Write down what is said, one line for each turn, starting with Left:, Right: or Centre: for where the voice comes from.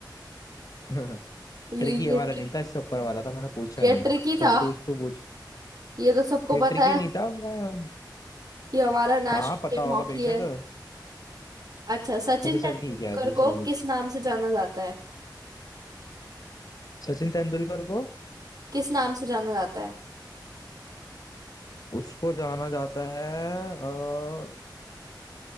Left: <laughs>
Right: ये
Left: ट्रिकी ये
Right: ये
Left: वाला
Right: ट्रिक
Left: नहीं था इससे ऊपर वाला था मैंने पूछा
Right: ये
Left: नहीं
Right: ट्रिकी
Left: चल
Right: था
Left: पूछ तू पूछ
Right: ये तो सबको
Left: ये
Right: पता
Left: ट्रिकी
Right: है
Left: नहीं था मैं
Right: कि हमारा नेशनल
Left: हाँ पता
Right: गेम
Left: होगा
Right: हॉकी
Left: बेशक
Right: है अच्छा सचिन
Left: अच्छा चल
Right: तेंदुलकर
Left: ठीक है दूसरा
Right: को
Left: पूछ
Right: किस नाम से जाना जाता है
Left: सचिन तेंदुलकर को
Right: किस नाम से जाना जाता है
Left: उसको जाना जाता है अ,